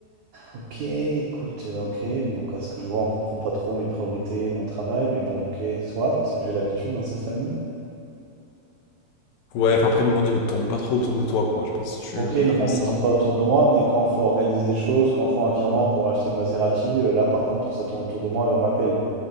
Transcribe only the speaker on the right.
ok, écoute, euh, ok. Donc à ce que je vois, on comprend pas trop mes priorités, mon travail, mais bon, ok, soit, j'ai l'habitude dans cette famille.
Ok,
le monde
il tourne pas autour de moi, mais quand faut organiser des choses, quand faut un virement pour acheter le Maserati, euh, là par contre, ça tourne autour de moi et on m'appelle.